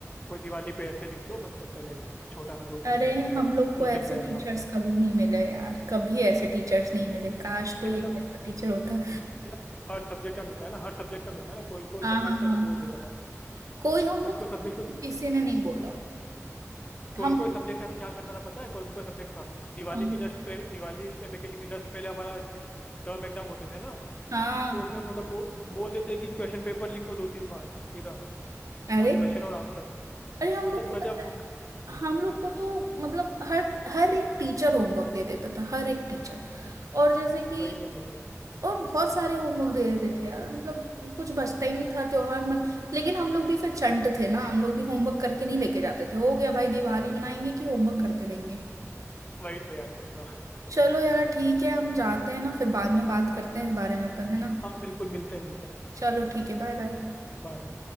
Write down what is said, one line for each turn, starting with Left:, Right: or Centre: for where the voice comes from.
Left: कोई दिवाली पे ऐसे लिख दो मतलब चलेगा छोटा सा दो
Right: अरे
Left: तीन लाइन
Right: हम
Left: है ना
Right: लोग को
Left: दो
Right: ऐसे
Left: तीन पैराग्राफ
Right: टीचर्स
Left: का
Right: कभी नहीं मिले यार कभी ऐसे टीचर्स नहीं मिले काश कोई
Left: नहीं मतलब
Right: एक ऐसा टीचर होता
Left: मतलब हर सब्जेक्ट का मिलता है ना हर सब्जेक्ट का मिलता है ना कोई कोई
Right: हाँ
Left: सब्जेक्ट
Right: हाँ
Left: का
Right: हाँ
Left: तो बोल देता था
Right: कोई हम
Left: कुछ
Right: लोग
Left: कुछ सब्जेक्ट
Right: किसी
Left: को
Right: ने नहीं बोला हम
Left: कोई कोई सब्जेक्ट का तो क्या करता था पता है कोई कोई सब्जेक्ट का दिवाली
Right: हाँ
Left: के जस्ट पे दिवाली वेकेशन के जस्ट पहले हमारा टर्म एग्जाम होते थे ना
Right: हाँ
Left: तो उसमें मतलब वो बोल देते कि क्वेश्चन पेपर लिखो दो तीन बार सीधा
Right: अरे
Left: क्वेश्चन और आंसर
Right: अरे हम
Left: मतलब
Right: लोग को पता
Left: गजब
Right: है हम लोग को तो मतलब हर हर एक टीचर होमवर्क दे देता था हर एक टीचर और जैसे कि
Left: वही तो मतलब
Right: और बहुत सारे होमवर्क दे देते थे यार मतलब कुछ बचता ही नहीं था त्योहार मन लेकिन हम लोग भी फिर चंट थे ना हम लोग भी होमवर्क करके नहीं लेके जाते थे हो गया भाई दिवाली मनाएंगे कि होमवर्क करते रहेंगे
Left: वही तो यार मतलब
Right: चलो यार ठीक है हम जाते हैं ना फिर बाद में बात करते हैं इस बारे में अपन है ना
Left: हाँ बिल्कुल मिलते हैं मिलते हैं
Right: चलो ठीक है बाय बाय
Left: बाय